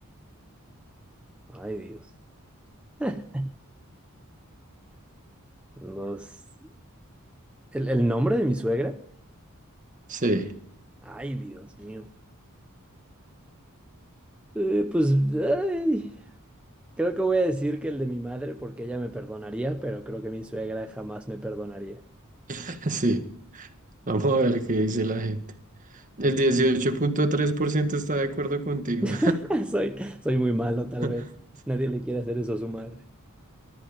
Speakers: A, in the centre; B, on the right (about 35°).
A: Ay, Dios. <laughs> Nos... ¿El, el nombre de mi suegra?
B: Sí,
A: Ay, Dios mío. Eh, pues, ay, creo que voy a decir que el de mi madre porque ella me perdonaría, pero creo que mi suegra jamás me perdonaría.
B: <laughs> sí. Vamos a ver qué dice la gente. El dieciocho punto tres por ciento está de acuerdo contigo.
A: <laughs> Soy, soy muy malo, tal
B: <laughs>
A: vez. Nadie le quiere hacer eso a su madre.